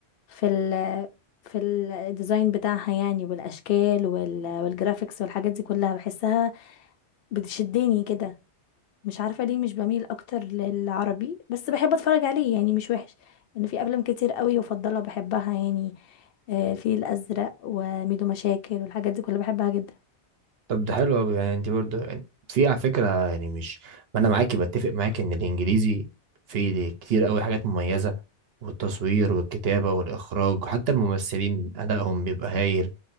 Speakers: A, on the left; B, on the right.
A: في ال... في الديزاين بتاعها يعني والاشكال وال... والجرافيكس والحاجات دي كلها بحسها بتشدني كده مش عارفه ليه مش بميل اكتر للعربي بس بحب اتفرج عليه يعني مش وحش ان في افلام كتير قوي وافضلها بحبها يعني آه، الفيل الازرق وميدو مشاكل والحاجات دي كلها بحبها جدا
B: طب ده حلو قوي يعني انت برضه يعني في على فكره يعني مش ما انا معاكي بتفق معاكي ان الانجليزي فيه كتير قوي حاجات مميزه والتصوير والكتابه والاخراج وحتى الممثلين ادائهم بيبقى هايل